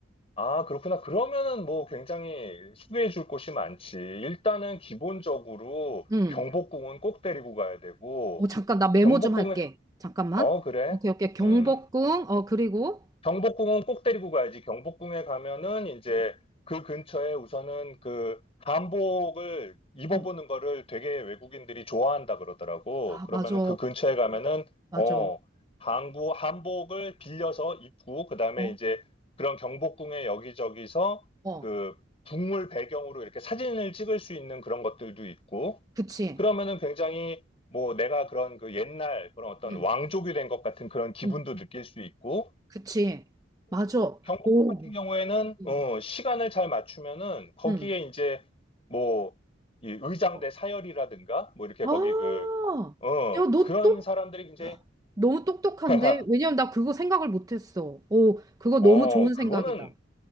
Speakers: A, on the left (about 30°); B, on the right (about 20°).
A: 아, 그렇구나. 그러면은 뭐 굉장히 소개해 줄 곳이 많지. 일단은 기본적으로
B: 응.
A: 경복궁은 꼭 데리고 가야 되고,
B: 어, 잠깐, 나 메모
A: 경복궁은,
B: 좀 할게. 잠깐만.
A: 어, 그래?
B: 오케이, 오케이. 경복궁,
A: 음.
B: 어, 그리고,
A: 경복궁은 꼭 데리고 가야지. 경복궁에 가면은 이제
B: 응,
A: 그 근처에 우선은 그 한복을 입어보는
B: 응.
A: 거를 되게 외국인들이 좋아한다 그러더라고.
B: 아,
A: 그러면은
B: 맞아,
A: 그 근처에 가면은
B: 맞아.
A: 어 한국 한복을 빌려서 입고 그다음에
B: 어,
A: 이제 그런 경복궁의 여기저기서
B: 어,
A: 그 북물 배경으로 이렇게 사진을 찍을 수 있는 그런 것들도 있고
B: 그치.
A: 그러면은 굉장히 뭐 내가 그런 그 옛날 그런 어떤
B: 응,
A: 왕족이 된 것 같은 그런 기분도
B: 응,
A: 느낄 수 있고
B: 그치. 맞아.
A: 경복
B: 오,
A: 같은 경우에는
B: 응,
A: 어, 시간을 잘 맞추면은 거기에
B: 응.
A: 이제 뭐 이 의장대
B: 어,
A: 사열이라든가 뭐 이렇게
B: 아,
A: 거기 그 어,
B: 야, 너
A: 그런
B: 또,
A: 사람들이 굉장히
B: 너무 똑똑한데?
A: <laughs>
B: 왜냐면 나 그거 생각을 못했어. 오, 그거
A: 어,
B: 너무 좋은
A: 그거는
B: 생각이다.